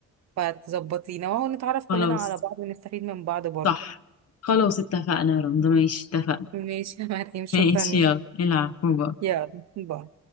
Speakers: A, on the right (about 60°); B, on the left (about 55°).
A: فتظبطينا وهو نتعرف كلنا
B: خلاص
A: على بعض ونستفيد من بعض برضو
B: صح خلاص اتفقنا يا رندا ماشي اتفقنا
A: ماشي يا مريم شكرا
B: ماشي يلا
A: لك
B: العب باي.
A: يلا باي